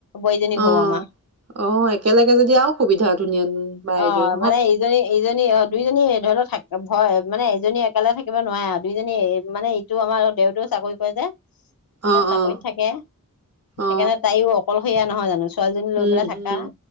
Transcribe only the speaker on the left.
বোৱাৰীজনীৰ
ঘৰো আমাৰ।
অ মানে ইজনী ইজনী অ' দুইজনী এই ধৰণৰ থাকে হয়, মানে এজনী অকেলে থাকিব নোৱাৰে আৰু দুইজনী মানে ইটো আমাৰ দেউৰটোও চাকৰি কৰে যে।
চাকৰিত
থাকে, সেইকাৰণে
তাইও অকলশৰীয়া নহয় জানো ছোৱালীজনী লৈ
পেলাই থাকা,